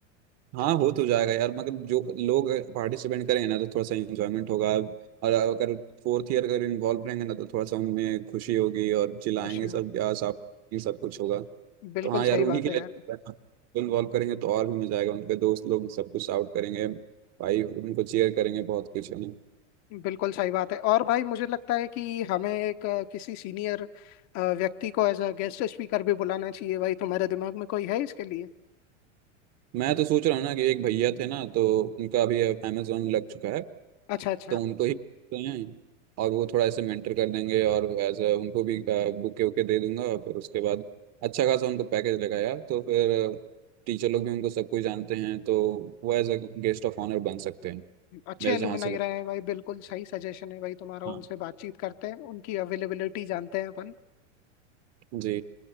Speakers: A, on the right (about 45°); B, on the left (about 50°).
A: हाँ हो तो जाएगा यार मगर जो लोग पार्टिसिपेंट करेंगे ना तो थोड़ा सा इंजॉयमेंट होगा और अगर फोर्थ ईयर अगर इन्वॉल्व रहेंगे ना तो थोड़ा सा उनमें खुशी होगी और चिल्लाएंगे
B: खुशी हो।
A: सब या सब ये सब कुछ होगा
B: बिल्कुल
A: तो हाँ
B: सही
A: यार उन्हीं
B: बात
A: के
B: है यार
A: लिए इन्वॉल्व करेंगे तो और भी मजा आएगा उनके दोस्त लोग सब कुछ आउट करेंगे भाई उनको चेयर करेंगे बहुत कुछ है ना
B: बिल्कुल सही बात है और भाई मुझे लगता है कि हमें एक अ, किसी सीनियर व्यक्ति को एज अ गेस्ट स्पीकर भी बुलाना चाहिए भाई तुम्हारे दिमाग में कोई है इसके लिए
A: मैं तो सोच रहा हूँ ना कि एक भैया थे ना तो उनका अभी अमेजोन लग चुका है
B: अच्छा अच्छा
A: तो उनको ही करते हैं और वो थोड़ा ऐसे मेंटर कर देंगे और एज उनको भी बुके वुके दे दूंगा फिर उसके बाद अच्छा खासा उनको पैकेज लगा यार तो फिर टीचर लोग भी उनको सब कुछ जानते हैं तो वो as a guest of honour बन सकते हैं
B: अच्छे
A: मेरे
B: एलुमनाई
A: जहाँ से लगता
B: रहे हैं भाई बिल्कुल सही सजेशन है भाई तुम्हारा
A: है हाँ
B: उनसे बातचीत करते हैं उनकी अवेलेबिलिटी जानते हैं अपन
A: जी